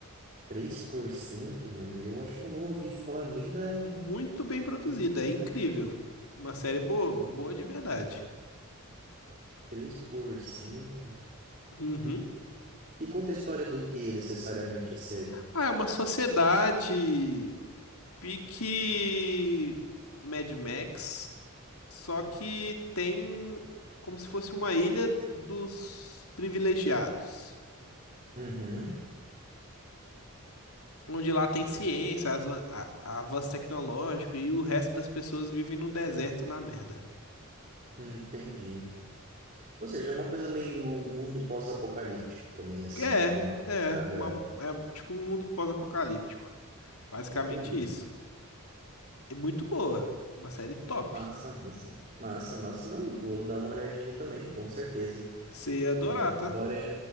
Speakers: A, on the right; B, on the left.
A: três por cento mano, eu acho que eu não ouvi falar nem da.
B: Muito bem produzida,
A: O que que
B: é
A: fa-
B: incrível. Uma série boa, boa de verdade.
A: três por cento
B: Uhum.
A: E conta a história do que necessariamente a série?
B: Ah, é uma sociedade Pique Mad Max, só que tem como se fosse uma ilha dos privilegiados,
A: Uhum,
B: onde lá tem ciência, as- a- avanço tecnológico e o resto das pessoas vivem num deserto na merda.
A: entendi. Ou seja, é uma coisa meio mundo pós-apocalíptico também, assim,
B: É,
A: tipo, tem uma
B: é,
A: parada.
B: uma- é tipo um mundo pós-apocalíptico. Basicamente
A: Entendi.
B: isso. E muito boa, uma série top.
A: Massa, massa. Massa, massa. Não, vou dar uma olhadinha também, com certeza.
B: Você ia adorar,
A: Bom,
B: tá?
A: agora é.